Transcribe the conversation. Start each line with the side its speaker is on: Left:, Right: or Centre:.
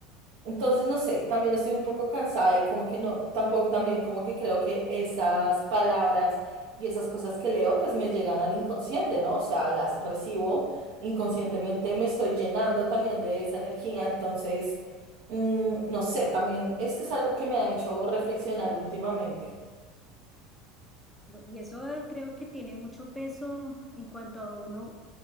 Right: entonces, no sé, también estoy un poco cansada y como que no, tampoco también como que creo que esas palabras y esas cosas que leo pues me llegan al inconsciente, ¿no? O sea, las recibo inconscientemente, me estoy llenando también de esa energía, entonces, mm, no sé, también esto es algo que me ha hecho reflexionar últimamente.
Centre: Y eso eh, creo que tiene mucho peso en cuanto a uno